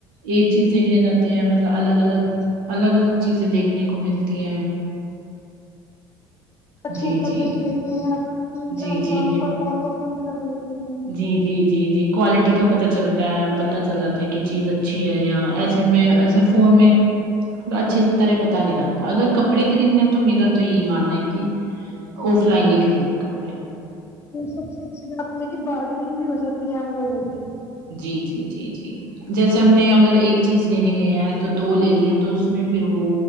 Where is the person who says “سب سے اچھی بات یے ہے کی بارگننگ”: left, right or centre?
Left